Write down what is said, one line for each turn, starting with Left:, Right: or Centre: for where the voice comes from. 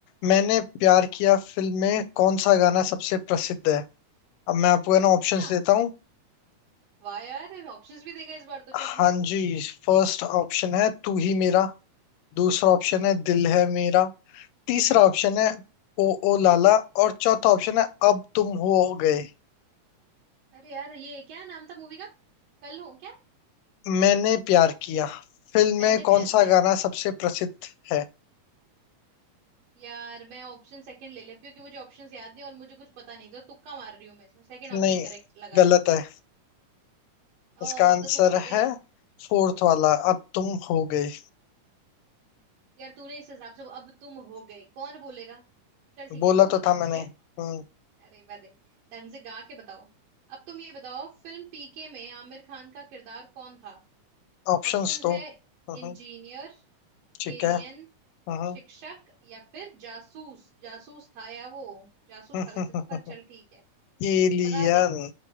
Left: मैंने प्यार किया फिल्म में कौन सा गाना सबसे प्रसिद्ध
Right: हम्म
Left: है अब मैं आपको है ना
Right: अच्छा
Left: ऑप्शंस देता हूँ
Right: वाह यार ऑप्शंस भी देगा इस बार तो
Left: हाँ
Right: चल पूछ पूछ
Left: जी फर्स्ट ऑप्शन है तू ही मेरा दूसरा ऑप्शन
Right: हम्म
Left: है दिल है मेरा तीसरा ऑप्शन
Right: हम्म
Left: है ओ ओ लाला और चौथा ऑप्शन है अब तुम हो गए
Right: अरे यार ये क्या नाम था मूवी का कल हूँ क्या
Left: मैंने प्यार किया फिल्म
Right: मैंने
Left: में कौन
Right: प्यार
Left: सा
Right: किया
Left: गाना सबसे प्रसिद्ध
Right: ओ,
Left: है
Right: यार मैं ऑप्शन सेकंड ले ले क्योंकि मुझे ऑप्शंस याद नहीं और मुझे कुछ पता नहीं तो तुक्का मार रही हूँ मैं इसमें सेकंड ऑप्शन
Left: नहीं
Right: करेक्ट लगा
Left: गलत
Right: रही हूँ
Left: है इसका
Right: ओ
Left: आंसर
Right: तो तू बता
Left: है
Right: दे
Left: फोर्थ वाला अब तुम हो गई
Right: यार तूने इस हिसाब से अब तुम हो गई कौन बोलेगा चल ठीक
Left: बोला
Right: है तू बताओ
Left: तो था
Right: मुझे
Left: मैंने हम्म
Right: अरे बदे ढंग से गा के बताओ अब तुम ये बताओ फिल्म पीके में आमिर खान का किरदार कौन था
Left: ऑप्शंस
Right: ऑप्शंस
Left: तो
Right: है
Left: हम्म
Right: इंजीनियर
Left: ठीक
Right: एलियन
Left: है हम्म
Right: शिक्षक या फिर जासूस जासूस था या वो जासूस
Left: हम्म,
Right: था वैसे तो पर चल ठीक है
Left: एलियन
Right: बता दे